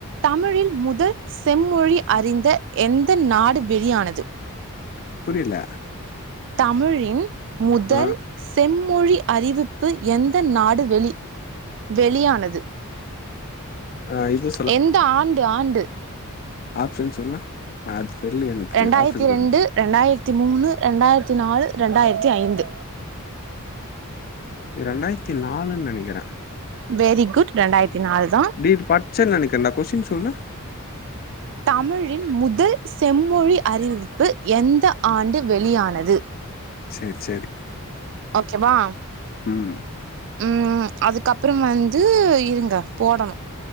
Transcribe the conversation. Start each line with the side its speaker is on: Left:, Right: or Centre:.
Right: தமிழின் முதல் செம்மொழி அறிந்த எந்த நாடு வெளியானது
Left: புரியில
Right: தமிழின் முதல்
Left: ஆ
Right: செம்மொழி அறிவிப்பு எந்த நாடு வெளி வெளியானது
Left: ஆ இது
Right: எந்த ஆண்டு ஆண்டு
Left: ஆப்சன் சொன்னா ஆ அத் தெர்லயே எனக்கு
Right: ரெண்டாயிரத்தி
Left: ஆப்ஷன் சொல்லு
Right: ரெண்டு ரெண்டாயிரத்தி மூணு ரெண்டாயிரத்தி நாலு ரெண்டாயிரத்தி ஐந்து
Left: இத் ரெண்டாயிரத்தி நாலுன் நெனைக்கறே
Right: வெரி குட் ரெண்டாயிரத்தி நால்தா
Left: டேய் இது பச்சே நெனைக்கறன்டா கொஸ்டின் சொல்லு
Right: தமிழின் முதல் செம்மொழி அறிவிப்பு எந்த ஆண்டு வெளியானது
Left: சேர் சேரி
Right: ஓகேவா
Left: ம்
Right: ம் அதுக்கப்றோ வந்து இருங்க போடணு